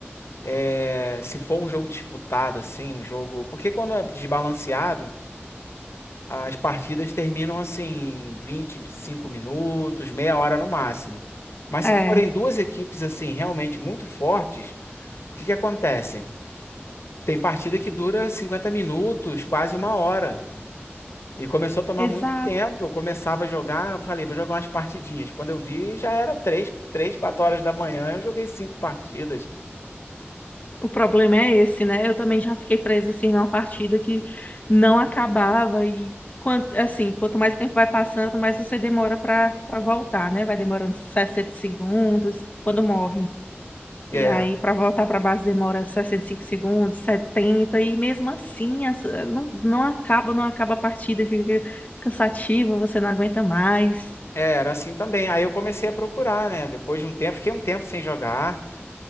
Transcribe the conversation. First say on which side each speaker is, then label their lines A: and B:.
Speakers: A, on the left; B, on the left.
A: é, se for um jogo disputado assim, um jogo, porque quando é desbalanceado, as partidas terminam assim vinte, e cinco minutos, meia hora no máximo. Mas se
B: É,
A: forem duas equipes assim realmente muito fortes, o que que acontece? Tem partida que dura 50 minutos, quase uma hora. E começou a tomar
B: exato.
A: muito tempo. Eu começava a jogar, falei, vou jogar umas partidinhas. Quando eu vi, já era três, três, 4 horas da manhã, eu joguei cinco partidas.
B: O problema é esse, né? Eu também já fiquei presa assim numa partida que não acabava e quanto, assim, quanto mais tempo vai passando, mais você demora pra para voltar, né? Vai demorando 60 segundos quando morre. E
A: É,
B: aí pra voltar pra base demora 65 segundos, 70 e mesmo assim essa- não, não acaba, não acaba a partida e fica cansativa, você não aguenta mais.
A: é, era assim também. Aí eu comecei a procurar, né? Depois de um tempo, fiquei um tempo sem jogar.